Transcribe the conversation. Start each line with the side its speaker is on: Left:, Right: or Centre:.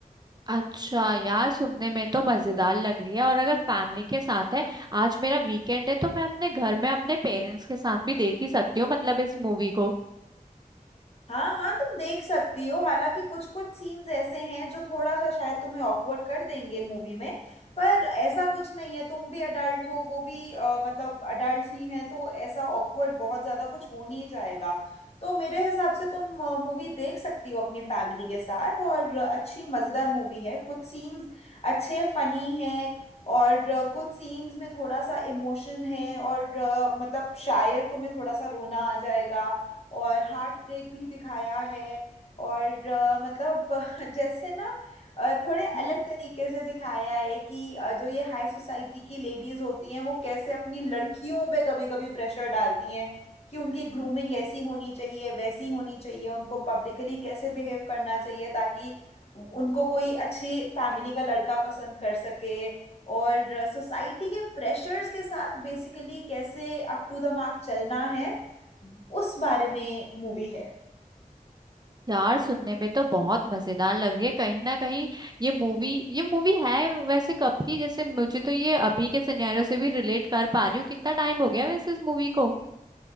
Right: अच्छा यार सुनने में तो मजेदार लग रही है और अगर फैमिली के साथ है आज मेरा वीकेंड है तो मैं अपने घर में अपने पेरेंट्स के साथ भी देख ही सकती हूँ मतलब इस मूवी को
Left: हाँ हाँ तुम देख सकती हो हालांकि कुछ कुछ सीन्स ऐसे हैं जो थोड़ा सा शायद तुम्हें ऑकवर्ड कर देंगे मूवी में पर ऐसा कुछ नहीं है तुम भी अडल्ट हो वो भी अ, मतलब अडल्ट ही हैं तो ऐसा ऑकवर्ड बहुत ज़्यादा कुछ हो नहीं जाएगा तो मेरे हिसाब से तुम मूवी देख सकती हो अपनी फैमिली के साथ और अच्छी मज़ेदार मूवी है कुछ सीन्स अच्छे फनी हैं और अ, कुछ सीन्स में थोड़ा सा इमोशन है और अ, मतलब शायद तुम्हें थोड़ा सा रोना आ जाएगा और हार्ट ब्रेक भी दिखाया है और अ, मतलब <laughs> जैसे ना अ, थोड़े
Right: हम्म
Left: अलग तरीके से दिखाया है कि अ, जो ये हाई सोसाइटी की लेडीज होती हैं वो कैसे अपनी लड़कियों पे कभी कभी प्रेशर डालती हैं कि उनकी ग्रूमिंग ऐसी होनी चाहिए वैसी होनी चाहिए उनको पब्लिकली कैसे बिहेव करना चाहिए ताकि उनको कोई अच्छी फैमिली का लड़का पसंद कर सके और सोसाइटी के प्रेशर्स के साथ बेसिकली कैसे अप टू द मार्क चलना है उस बारे में मूवी है
Right: यार सुनने में तो बहुत मजेदार लग रही है कहीं ना कहीं ये मूवी ये मूवी है वैसे कब की जैसे मुझे तो ये अभी के सिनेरियो से भी रिलेट कर पा रही हूँ कितना टाइम हो गया वैसे इस मूवी को